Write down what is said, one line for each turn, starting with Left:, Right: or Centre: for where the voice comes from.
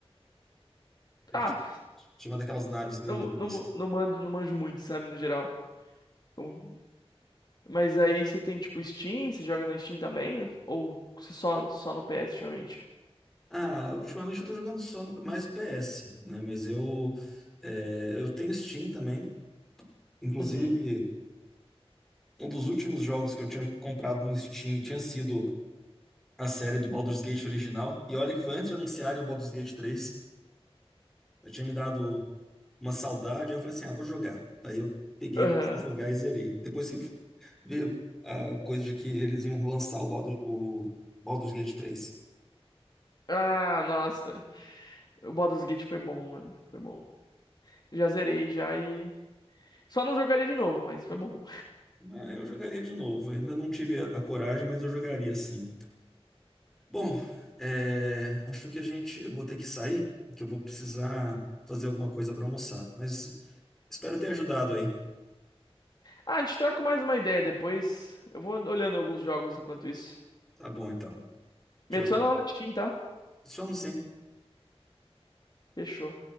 Centre: é,
Left: Ah,
Centre: chama daquelas naves grandonas.
Left: não, não, não, mando, não manjo muito, sabe, no geral. Então, Mas aí você tem, tipo, Steam, você joga na Steam também, né? Ou você só, só no PS, ultimamente?
Centre: Ah, ultimamente eu tô jogando só mais PS, né? Mas eu, é, eu tenho Steam também. Inclusive,
Left: Uhum.
Centre: um dos últimos jogos que eu tinha comprado no Steam tinha sido a série do Baldur's Gate original. E olha que foi antes de anunciarem o Baldur's Gate três Eu tinha me dado uma saudade, aí eu falei assim, ah, vou jogar. Aí eu peguei,
Left: Aham.
Centre: comecei a jogar e zerei. Depois que veio a coisa de que eles iam lançar o Baldur- o Baldur's Gate três
Left: Ah, nossa. O Baldur's Gate foi bom, mano. Foi bom. Já zerei já e. Só não jogaria de novo, mas foi bom.
Centre: Ah, eu jogaria de novo. Ainda não tive a a coragem, mas eu jogaria sim. Bom, é, acho que a gente, eu vou ter que sair, que eu vou precisar fazer alguma coisa para almoçar. Mas espero ter ajudado aí.
Left: Ah, a gente troca mais uma ideia depois. Eu vou olhando alguns jogos enquanto isso.
Centre: Tá bom, então. Tchau,
Left: Me adiciona
Centre: tchau.
Left: lá na Steam, tá?
Centre: Somos sim.
Left: Fechou.